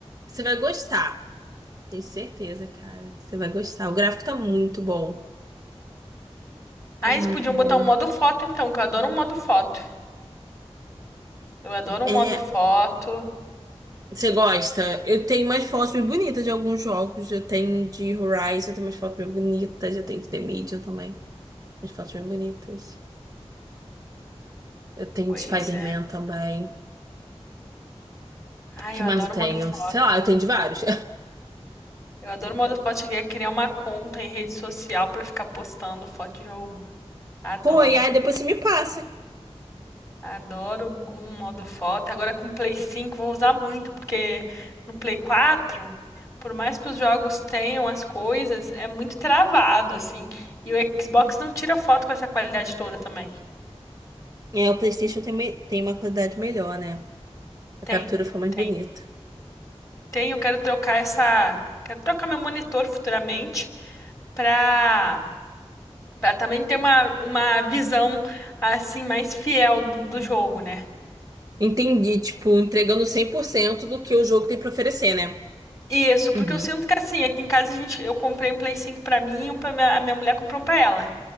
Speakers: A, on the right (about 35°); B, on the left (about 30°).
A: Você vai gostar. Tenho certeza, cara. Você vai gostar. O gráfico tá muito bom.
B: Ah,
A: Tá muito
B: eles podiam
A: bom.
B: botar um modo foto, então, que eu adoro um modo foto. Eu adoro um
A: É,
B: modo foto.
A: você gosta? Eu tenho umas fotos bem bonitas de alguns jogos. Eu tenho de Horizon, eu tenho umas fotos bem bonitas. Eu tenho de The Medium também. Umas fotos bem bonitas. Eu tenho
B: Pois
A: de Spider-Man
B: é.
A: também.
B: Ai,
A: O que
B: eu
A: mais
B: adoro
A: eu tenho?
B: o modo foto.
A: Sei lá, eu tenho de vários.
B: Eu adoro o modo foto. Cheguei a criar uma conta em rede social pra ficar postando foto de jogo.
A: <laughs>
B: Adoro.
A: Pô, e aí depois você me passa.
B: Adoro um modo foto. Agora com o Play cinco, vou usar muito, porque no Play quatro, por mais que os jogos tenham as coisas, é muito travado, assim. E o Xbox não tira foto com essa qualidade toda também.
A: É, o PlayStation tem, me- tem uma qualidade melhor, né? A
B: Tem.
A: captura ficou mais
B: Tem.
A: bonita.
B: Tenho, quero trocar essa, quero trocar meu monitor futuramente para para também ter uma, uma visão assim mais fiel do, do jogo, né?
A: Entendi, tipo, entregando 100% do que o jogo tem pra oferecer, né?
B: Isso, porque
A: Uhum.
B: eu sinto que assim, aqui em casa a gente, eu comprei um Play cinco para mim e um para minha, a minha mulher comprou um para ela.